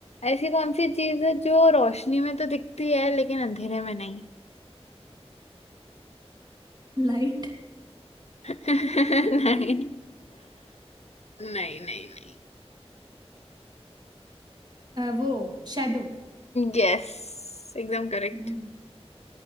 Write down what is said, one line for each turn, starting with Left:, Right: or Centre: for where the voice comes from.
Left: ऐसी कौन सी चीज है जो रोशनी में तो दिखती है लेकिन अंधेरे में नहीं
Right: लाइट
Left: <laughs> नहीं नहीं नहीं नहीं
Right: वो शेडो
Left: यस एकदम correct
Right: हम्म,